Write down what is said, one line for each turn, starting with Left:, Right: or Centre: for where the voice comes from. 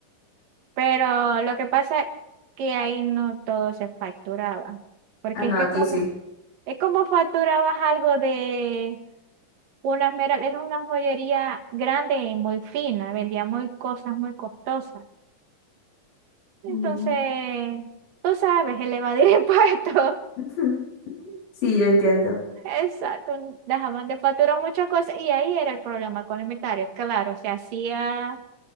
Right: pero lo que pasa es que ahí no todo se facturaba, porque
Left: Ah, no,
Right: es que
Left: aquí
Right: como,
Left: sí.
Right: es como facturabas algo de una esmeralda, era una joyería grande y muy fina, vendía muy cosas muy costosas. Entonces,
Left: Mm.
Right: tú sabes, elevar el <laughs> impuesto.
Left: <laughs> Sí, yo entiendo.
Right: Exacto, dejaban de facturar muchas cosas y ahí era el problema con el inventario. Claro, se hacía